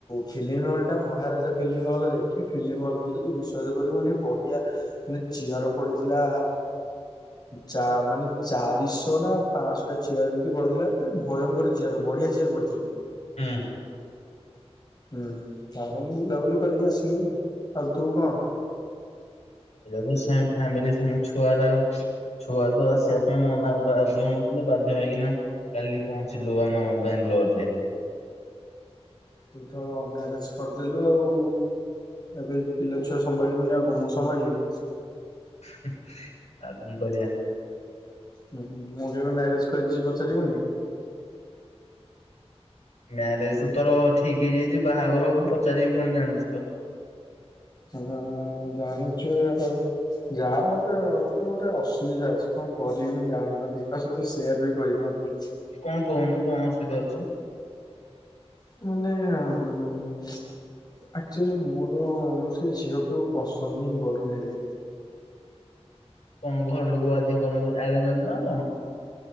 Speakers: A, on the left (about 40°); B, on the left (about 85°).
A: ଫିଲ୍ମ ହଲ୍ ଟା ମହାରାଜା ଫିଲ୍ମ ହଲରେ କି ଫିଲ୍ମ ହ କହିଲେକି ତୁ ବିଶ୍ଵାସ କରିବୁନି ବଢିଆ ମାନେ ଚିଆର ପଡିଥିଲା। ଚା ମାନେ ଚାରିଶହ ନା ପାଞ୍ଚଶ ଟା ଚିଆର ଏମିତି ପଡ଼ିଥିଲା। ମାନେ ଭୟଙ୍କର ଚିଆର ବଢିଆ ଚିୟାର ପଡ଼ିଥିଲା।
B: ହୁଁ।
A: ହୁଁ ତା ପାଇଁ ବୁଲାବୁଲି କରିକି ଆସିଲୁ। ଆଉ ତୁ କଣ?
B: <unintelligible> ଫ୍ୟାମିଲି ସାଙ୍ଗ ଛୁଆର ଛୁଆ ତ ଆସିବା ପାଇଁ ମନା ବାଧ୍ୟ ହଉନଥିଲେ। ବାଧ୍ୟ ହେଇକିନା କାଲି ପହଞ୍ଚିଲୁ ଆମ ବାଙ୍ଗଲୋରରେ।
A: ତୁ ତ ମ୍ୟାରେଜ କରିଦେଲୁ। ଆଉ ଏବେ ପିଲା ଛୁଆ ସମ୍ଭାଳିବୁନି ଆଉ କଣ ମୁଁ ସମ୍ଭା ମ୍ଭାଳୀବି।
B: ହୁଁ ଆଉ କଣ କରିବା।
A: ଉଁ ହୁଁ ମୁଁ କେବେ ମ୍ୟାରେଜ କରି ଯିବି ପଚାରିବୁନି।
B: ମ୍ୟାରେଜ ତ ତୋର ଠିକ ହେଇଯାଇଚି। ବାହାଘର ହବୁ ପଚାରିବି କଣ ଜାଣିଛି ତ।
A: ହୁଁ ଜାଣିଚୁ ଆଉ ଯା ମତେ ଗୋଟେ ଅସୁବିଧା ଅଛି କଣ? କରିବି ମୁଁ ଜାଣିପାରୁନି କାହା ସହିତ ସେୟାର ବି କରିପାରୁନି।
B: କଣ କହୁନୁ କଣ ଅସୁବିଧା ହେଇଚି।
A: ମାନେ ଆକଚୁଆଲି ମୁଁ ସେ ଝିଅକୁ ପସନ୍ଦ ହିଁ କରୁନିରେ।
B: କଣ ଘର ଲୋକ ବାଧ୍ୟ କରନ୍ତୁ ଆରେଞ ମ୳୲ରେଜ ନା କଣ?